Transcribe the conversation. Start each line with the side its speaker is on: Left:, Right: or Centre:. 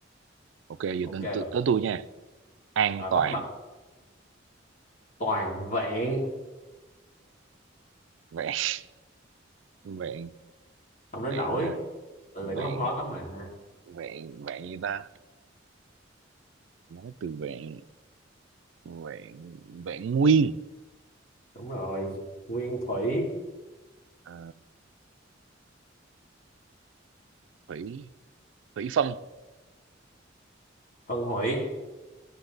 Right: ok giờ
Left: Ok
Right: tới
Left: bạn.
Right: tới tới tôi nha an
Left: Rồi
Right: toàn
Left: bắt đọc toàn vẹn.
Right: vẹn <laughs> vẹn
Left: Không đến
Right: vẹn
Left: nỗi.
Right: à,
Left: Từ
Right: vẹn
Left: này cũng không khó lắm mà.
Right: vẹn vẹn gì ta nói từ vẹn vẹn vẹn nguyên
Left: Đúng rồi. Nguyên thủy,
Right: Ờ, thủy thủy phân
Left: phân hủy,